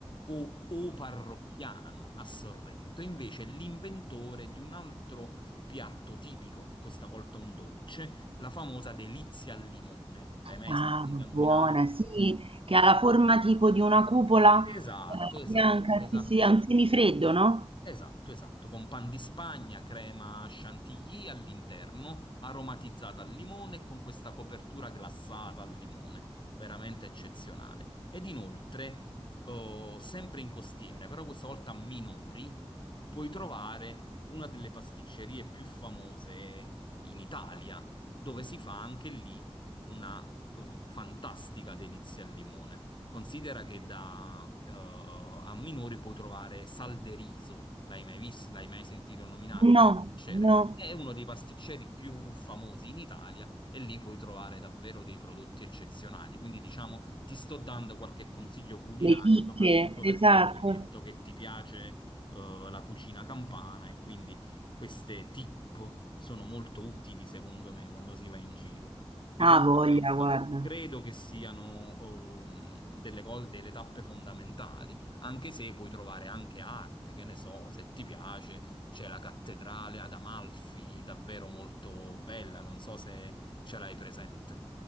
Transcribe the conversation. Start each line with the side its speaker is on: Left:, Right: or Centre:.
Left: o, o parrocchiano a Sorrento, invece è l'inventore di un altro piatto tipico, questa volta un dolce, la famosa delizia al limone. L'hai mai
Right: Ah,
Left: sentita
Right: buona,
Left: nominare?
Right: sì, che ha la forma tipo di una cupola
Left: Esatto,
Right: eh,
Left: esatto,
Right: bianca,
Left: esatto.
Right: sì, sì, ha un semifreddo, no?
Left: Esatto, esatto, con pan di Spagna, crema chantilly all'interno, aromatizzata al limone e con questa copertura glassata al limone, veramente eccezionale. Ed inoltre, oh, sempre in costiera, però questa volta a Minori, puoi trovare una delle pasticcerie più famose in Italia, dove si fa anche lì una, oh, fantastica delizia al limone. Considera che da eh, a Minori puoi trovare Salderiso, l'hai mai visto, l'hai mai sentito nominare il
Right: No,
Left: pasticcere?
Right: no,
Left: È uno dei pasticceri più famosi in Italia e lì puoi trovare davvero dei prodotti eccezionali. Quindi diciamo, ti sto dando qualche consiglio culinario,
Right: le chicche,
Left: soprattutto perché
Right: esatto.
Left: mi hai detto che ti piace eh, la cucina campana e quindi queste tip sono molto utili secondo me quando si va in giro. Di
Right: Ah,
Left: conseguenza,
Right: voglia, guarda.
Left: credo che siano um, delle cose, delle tappe fondamentali, anche se puoi trovare anche arte, che ne so, se ti piace, c'è la cattedrale ad Amalfi, davvero molto bella, non so se ce l'hai presente.